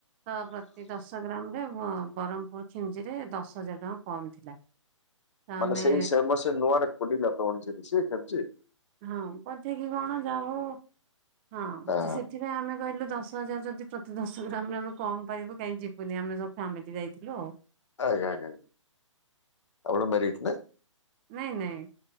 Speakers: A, on the right; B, on the left.
A: ହ ପ୍ରତି ଦଶ ଗ୍ରାମ୍ ରେ ବ ବରହମପୁର ଖିମଜିି ରେ ଦଶ ହଜାର୍ ଟଙ୍କା କମ୍ ଥିଲା। ତ
B: ମାନେ
A: ଆମେ
B: ସେଇ ସେମ୍ ମାସେରେ ନୂଆଟା ଖୋଲିଲେ ଅକ୍ଟୋ <unintelligible> ତରିଶି ଖିମଜି।
A: ହଁଅଁ ପଠେଇକି କଣ ଯା ହଉ, ହଁଅଁ
B: ହଁ
A: ତ ସେଥିପାଇଁ ଆମେ କହିଲୁ ଦଶ୍ ଦଶ ହଜାର୍ ଯଦି ପ୍ରତି ଦଶ ଗ୍ରାମ୍ ରେ ଆମେ କମ୍ ପାଇବୁ କାଇଁ ଯିବୁନି ଆମେ ସବୁ ଫ୍ୟାମିଲି ଯାଇଥିଲୁ ଆଉ।
B: ଆଜ୍ଞା। ଆଜ୍ଞା। ଆଉ ଗୋଟେ <unintelligible>
A: ନାଇଁ ନାଇଁ